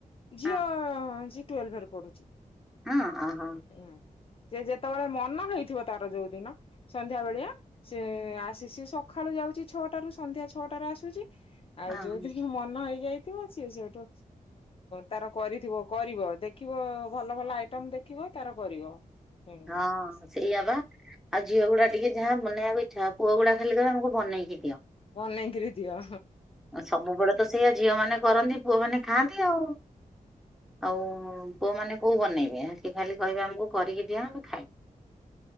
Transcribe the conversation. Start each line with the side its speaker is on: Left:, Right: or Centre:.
Left: ଝିଅ
Centre: ହଁ
Left: ସିଏ ଟୁଏଲ୍ଭ ରେ ପଢୁଛି।
Centre: ହଁ, ଓ ହୋ।
Left: ହଁ, ସେ ଯେତେବେଳେ ମନ ହେଇଥିବ ତାର ଯୋଉ ଦିନ ସନ୍ଧ୍ୟା ବେଳିଆ ସେ ଆସି ସିଏ ସଖାଳୁ ଯାଉଚି ଛଅଟ ରୁ ସନ୍ଧ୍ୟା ଛଅଟାରେ ଆସୁଚି। ଆଉ
Centre: ଓହୋ
Left: ଯୋଉଦିନ ମନ ହେଇ ଯାଇଥିବ ସିଏ ସେଇଠୁ ତାର କରିଥିବ କରିବ ଦେଖିବ ଭଲ ଭଲ ଆଇଟମ ଦେଖିବ। ତାର କରିବ। ହୁଁ
Centre: ହଁ ସେଇଆ ବା। ଆଉ ଝିଅ ଗୁଡା ଟିକେ ଯାହା ବନାଇବାକୁ ଇଚ୍ଛା। ପୁଅ ଗୁଡା ଖାଲି କହିବେ ଆମକୁ ବନେଇକି ଦିଅ।
Left: ବନେଇକିରି ଦିଅ।
Centre: ଅ, ସବୁବେଳେ ତ ସେଇଆ ଝିଅ ମାନେ କରନ୍ତି। ପୁଅ ମାନେ ଖାଆନ୍ତି ଆଉ। ଆଉ ପୁଅ ମାନେ କୋଉ ବନେଇବେ। ସିଏ ଖାଲି କହିବେ ଆମକୁ କରିକି ଦିଅ, ଆମେ ଖାଇବୁ।